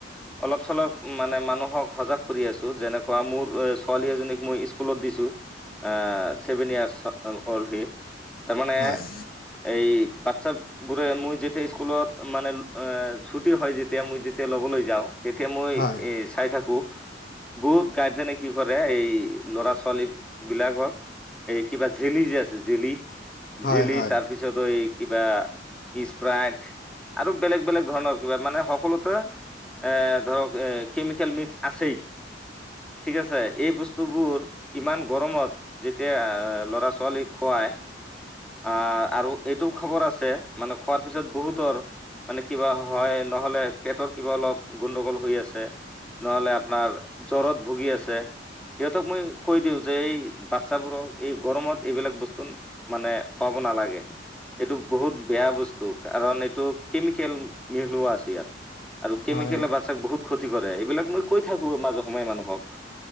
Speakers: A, in the centre; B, on the left (about 55°).
A: অলপ চলপ মানে মানুহক সজাগ কৰি আছো। যেনেকুৱা মোৰ ছোৱালী এজনীক মই স্কুলত দিছো। এ ছেভেন ইয়াৰ্চ হ'লহি। তাৰমানে
B: হয়
A: এই বাচ্ছা বোৰে মোৰ যেতিয়া স্কুলত মানে এ ছুটি হয় যেতিয়া মই যেতিয়া ল'বলৈ যাওঁ। তেতিয়া মই
B: হয়
A: এই চাই থাকোঁ। বহুত গাৰ্জেনে কি কৰে, এই ল'ৰা ছোৱালী বিলাকক এই কিবা জেলি যে আছে জেলি
B: হয়
A: জেলি
B: হয়
A: তাৰপিছত' এই কিবা স্প্ৰাইট আৰু বেলেগ বেলেগ ধৰণৰ কিবা মানে সকলোতে এ ধৰক এ কেমিকেল মিক্স আছেই। ঠিক আছে এই বস্তু বস্তুবোৰ ইমান গৰমত যেতিয়া ল'ৰা এ ছোৱালীক খুৱাই আ' আৰু এইটো খৱৰ আছে মানে খোৱাৰ পিছত বহুতৰ মানে কিবা হয়, নহ'লে পেটৰ কিবা অলপ গোণ্ডগোল হৈ আছে, নহ'লে আপোনাৰ জ্বৰত ভুগি আছে। সিহঁতক মই কৈ দিওঁ যে এই বাচ্ছাবোৰক এই গৰমত এইবিলাক বস্তু মানে খোৱাব নালাগে। এইটো বহুত বেয়া বস্তু, কাৰণ এইটো কেমিকেল মিহলোৱা আছে ইয়াত। আৰু কেমিকেলে
B: হয়
A: বাচ্ছাক বহুত ক্ষতি কৰে এইবিলাক মই কৈ থাকোঁ মাজে সময়ে মানুহক।